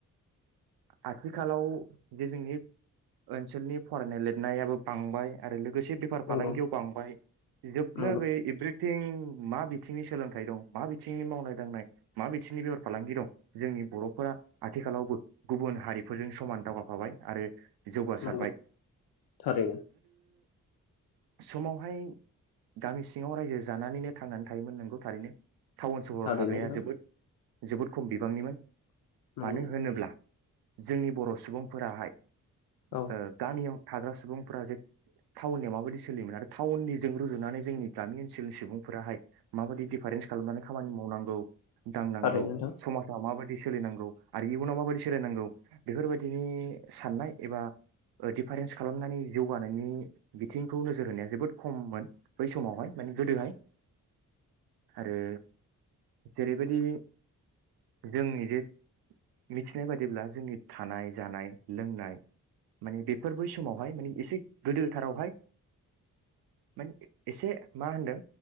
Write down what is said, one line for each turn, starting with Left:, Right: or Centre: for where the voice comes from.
Right: आथिखालाव बे जोंनि ओनसोलनि फरायनाय लिरनायाबो बांबाय आरो लोगोसो बेफार फालांगियाव
Left: नंगौ
Right: बांबाय जोबनो
Left: नंगौ
Right: गैयै एभ्रि थिं मा बिथिंनि सोलोंथाइ दं, मा बिथिंनि मावनाय दांनाय, मा बिथिंनि बेहार फालांगि दं जोंनि बरफोरा आथिखालावबो गुबुन हारिफोरजों समान दावगाफाबाय आरो जौगासारबाय
Left: नंगौ
Right: ।
Left: थारैनो ।
Right: समावहाय गामि सिङाव रायजो जानानैनो थांनानै थायोमोन नंगौ थारैनो । टाउन सहराव
Left: थारैनो
Right: थाग्राया
Left: नोंथां
Right: जोबोद जोबोद खम बिबांनिमोन
Left: नंगौ
Right: मानो होनोब्ला जोंनि बर सुबुंफोराहाय
Left: औ
Right: ओ याव थाग्रा सुबुंफोरा जे टाउननियाव माबायदि सोलियोमोन आरो टाउन निजों रुजुनानै जोंनि गामि ओनसोलनि सुबुंफोराहाय माबायदि दिफारेन्स खालामनानै खामानि माव मावनांगौ दांनांगौ
Left: थारैनो नोंथां
Right: समाजा माबायदि सोलिनांगौ आरो इयुनाव माबायदि सोलिनांगौ बेफोरबायदिनि साननाय एबा दिफारेन्स खालामनानै जौगानायनि बिथिंखौ नोजोर होनाया जोबोद खममोन बै समावहाय माने गोदोहाय आरो जेरैबायदि जोंनि जे मिथिनाय बादिब्ला जोंनि थानाय जानाय लोंनाय माने बेफोर बै समावहाय माने एसे गोदोथारावहाय माने एसे मा होनदों